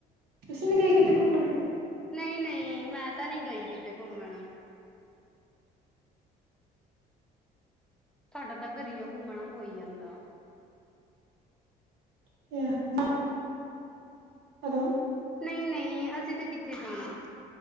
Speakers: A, on the right; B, in the centre.
A: ਤੁਸੀਂ ਨੀ ਗਏ ਕਿਤੇ ਘੁੰਮਣ?
B: ਨਈ-ਨਈ ਮੈਂ ਤਾਂ ਨੀ ਗਈ ਕਿਤੇ ਘੁੰਮਣ। ਸਾਡਾ ਤਾਂ ਗਰੀਓ ਗੁੰਮਣਾ ਹੋਈ ਜਾਂਦਾ।
A: <inaudible> ਹੈਲੋ।
B: ਨਈ-ਨਈ ਅਸੀਂ ਤਾਂ ਕਿੱਥੇ ਜਾਣਾ।